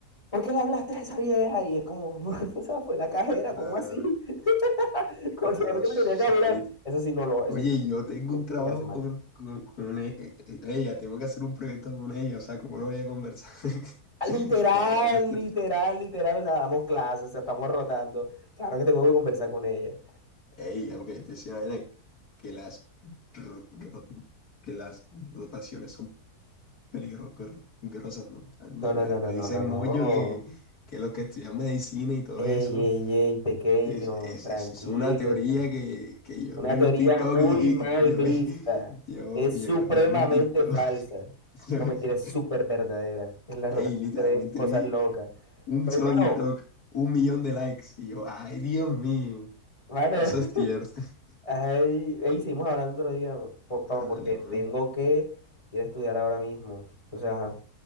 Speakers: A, on the left; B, on the left.
A: ¿Por qué le hablaste a esa vieja? Y es como, <laughs> "No, o sea, fue la cajera,
B: Claro,
A: ¿cómo así? <laughs> Con
B: claro,
A: suerte que
B: Sally.
A: le tenía que hablar. Eso sí, no lo, eso
B: Oye,
A: sí,
B: yo tengo
A: no,
B: un trabajo
A: me parece mal.
B: con, con, con e- e- e, ella, tengo que hacer un proyecto con ella, o sea, ¿cómo no voy a conversar? <laughs>
A: Ah, Literal,
B: Ya, ya, te,
A: literal, literal, o sea, damos clases, o sea, estamos rotando. Claro que tengo que conversar con ella.
B: Ey, aunque yo te decía vaina, que las, ro- ro- que las rotaciones son peligrosas, ¿no? Ah, Me,
A: No,
B: me,
A: no, no, no,
B: me
A: no,
B: dicen
A: no,
B: mucho
A: no.
B: que, que los que estudian medicina y todo
A: Ey,
B: eso,
A: ey, ey, pequeño,
B: es, es,
A: tranquilo,
B: es- es una teoría
A: tranquilo.
B: que, que yo
A: Una
B: vi
A: teoría
B: un TikTok
A: muy
B: y,
A: mal
B: y yo,
A: vista.
B: vi, yo,
A: Es
B: yo,
A: supremamente
B: yo vi un TikTok.
A: falsa.
B: <laughs> yo
A: No,
B: vi-
A: mentira, es súper verdadera. En la
B: ey,
A: rotación
B: literalmente
A: se ven cosas
B: vi
A: locas.
B: un
A: Pero,
B: solo TikTok,
A: mano,
B: un millón de likes. Y yo, ay, Dios mío,
A: mano,
B: eso
A: <laughs>
B: es tierno. <laughs>
A: ay, ey, seguimos hablando otro día, po- papá,
B: Ah,
A: porque
B: dale, mami.
A: tengo que ir a estudiar ahora mismo. Entonces, ajá,